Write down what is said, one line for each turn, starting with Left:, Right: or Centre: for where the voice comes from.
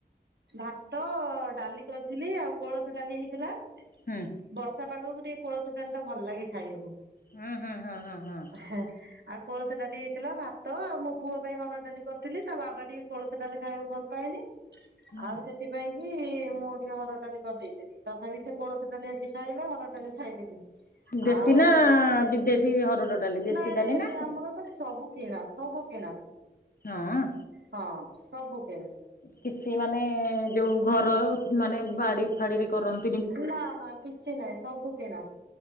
Right: ଭାତ, ଡ଼ାଲି କରିଥିଲି ଆଉ କୋଳଥ ଡ଼ାଲି ହେଇଥିଲା।
Left: ହୁଁ।
Right: ବର୍ଷା ପାଗକୁ ଟିକେ କୋଳଥ ଡାଲିଟା ଭଲ ଲାଗେ ଖାଇବାକୁ।
Left: ହୁଁ ହୁଁ ହଁ ହଁ ହଁ।
Right: ହେଁ ଆଉ କୋଳଥ ଡାଲି ହେଇଥିଲା ଭାତ ଆଉ ମୋ ପୁଅ ପାଇଁ ହରଡ଼ ଡାଲି କରିଥିଲି ତା ବାବା ଟିକେ କୋଳଥ ଡାଲି ଖାଇବାକୁ ଭଲ ପାଏନି ଆଉ
Left: ହୁଁ।
Right: ସେଥ ସେଥିପାଇଁକି ମୁଁ ଟିକେ ହରଡ଼ ଡାଲି କରିଦେଇଥିଲି ତଥାପିସେ କୋଳଥ ଡାଲି ଆସି ଖାଇଲେ ହରଡ଼ ଡାଲି ଖାଇଲେନି।
Left: ଦେଶୀ
Right: ଆଉ
Left: ନା ବିଦେଶୀ ହରଡ଼ ଡାଲି ଦେଶୀ
Right: ନାଇଁ
Left: ଡାଲି
Right: ନାଇଁ
Left: ନା କଣ?
Right: ଆମରତ ସବୁ କିଣା ସବୁ କିଣା।
Left: ହଁ।
Right: ହଁ ସବୁ କିଣା
Left: କିଛି ମାନେ ଯୋଉ ଘର ମାନେ ବାଡ଼ି ଫାଡ଼ିରେ କରନ୍
Right: ନାଁ ନାଁ କିଛି ନାହିଁ ସବୁ କିଣା।